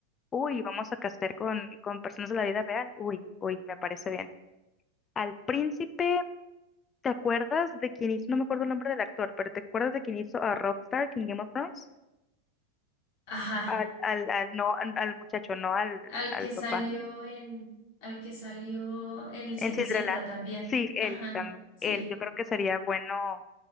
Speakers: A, on the left (about 20°); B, on the left (about 50°).
A: Uy, vamos a castear con, con personas de la vida real. Uy, uy, me parece bien. Al príncipe, ¿te acuerdas de quién hizo? No me acuerdo el nombre del actor, pero ¿te acuerdas de quién hizo a Rob Stark en Game of Thrones?
B: Ajá,
A: Al, al, al, no, al, al muchacho, no al,
B: al
A: al
B: que salió
A: papá.
B: en, al que salió en el Cenicienta
A: En Cinderella.
B: también.
A: Sí, él
B: Ajá,
A: también.
B: sí.
A: Él, yo creo que sería bueno